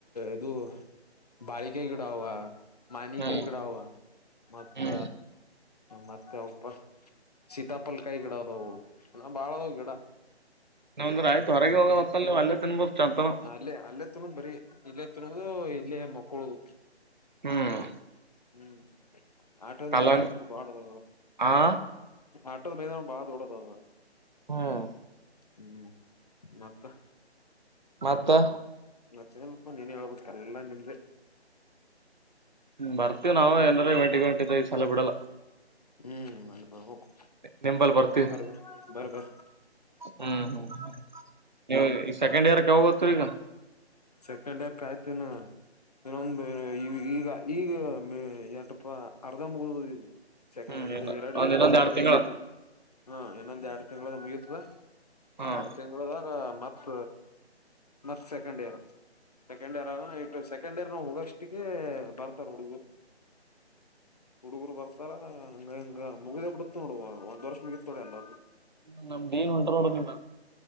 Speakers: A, on the left; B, on the right.
A: ಇದು ಬಾಳಿಕೆ ಗಿಡವ ಮಾವಿನಕಾಯಿ
B: ಹ್ಮ್
A: ಗಿಡ ಅವ ಮತ್ತ
B: ಹ್ಮ್
A: ಮತ್ತೆ ಅವಪ್ಪ ಸೀತಾಪಲ್ಕಾಯಿ ಗಿಡ ಅದವು ಇನ್ನ ಬಾಳ ಅದಾವ ಗಿಡ
B: ನಂದ್ರ ಆಯ್ತು ಹೊರಗೆ ಹೋಗೊ
A: ಗಿಡ
B: ಹೊತ್ತಲ್ಲಿ ಅಲ್ಲೇ ತಿನ್ಬೇಕು ಚಂತನ
A: ಅಲ್ಲೇ ಅಲ್ಲೇ ತಿನ್ನೋದ್ ಬರೀ ಇಲ್ಲೇ ತಿನ್ನೋದು ಇಲ್ಲೇ ಮಕ್ಕಳುದು
B: ಹ್ಮ್
A: ಹ್ಮ್ ಆಟೋದ
B: ಕಲಂಗ್
A: ಮೈದಾನ ಅಂತ ಬಾಳದ
B: ಆ
A: ಆಟೋ ಮೈದಾನ ಬಾಳ್ ದೊಡ್ಡದದು
B: ಹ್ಮ್
A: ಹ್ಮ್ ಮತ್ತ
B: ಮತ್ತೆ
A: ಮತ್ತೇನಪ್ಪ ನೀನೆ ಹೇಳ್ಬೇಕ ಎಲ್ಲಾ ನಿಂದೆ
B: ಬರ್ತಿವಿ ನಾವು ಏನಾರೆ ಇವೆಂಟ್ ಗಿವೆಂಟ್ ಈ ಸಲ ಬಿಡಲ್ಲ
A: ಹ್ಮ್ ಅಲ್ಲಿ ಬರಬೇಕು
B: ನಿಂಬಲ್ಲಿ ಬರ್ತೀವಿ
A: ಬರ್ಬೇಕು ಬರ್ಬೇಕು
B: ಹ್ಮ್ ಹ್ಮ್ ಸೆಕೆಂಡ್ ಇಯರ್ ಕ ಯಾವಾಗ ಹೋಗ್ತೀರಾ ಈಗ
A: ಸೆಕೆಂಡ್ ಇಯರ್ ಕಾಯ್ತನು ಇನ್ನೊಂದ ಈ ಈಗ ಈಗ ಮ ಎಟಪ್ಪ ಅರ್ಧ ಮುಗ್ಡೋಗಿದೆ ಚಕ
B: ಹ್ಮ್
A: ಇದು
B: ಇಲ್ಲ
A: ಎರಡು
B: ಒಂದ್
A: ಎರಡನೇ
B: ಇನ್ನೊಂದ್ ಎರಡ್ ತಿಂಗಳ
A: ಎಕ್ಸಾಮ್ ಹಾ ಇನ್ನೊಂದ ಎರಡು ತಿಂಗಳಗ ಮುಗಿತದಾ
B: ಹ್ಮ್
A: ಎರಡ್ ತಿಂಗಳಾಗ ಮತ್ ಮತ್ ಸೆಕೆಂಡ್ ಇಯರ್ ಸೆಕೆಂಡ್ ಇಯರ್ ಆಗಣ ಇ ಸೆಕೆಂಡ್ ಇಯರ್ ನ ಹೋಗಷ್ಟಕ್ಕೆ ಬರ್ತಾರ ಹುಡುಗರು ಹುಡುಗರು ಬರ್ತಾರ ಹಂಗ ಇಂಗ ಮುಗ್ದ ಬಿಡತ್ ನೋಡು ಒಂದ್ ವರ್ಷ ಮುಗಿತ ದ ಎಲ್ಲರ್ಗು
B: ಹ್ಮ ನಮ್ದ ಏನ್ ಹೊಂಟ್ರ ನಡ್ರ ನಿಮ್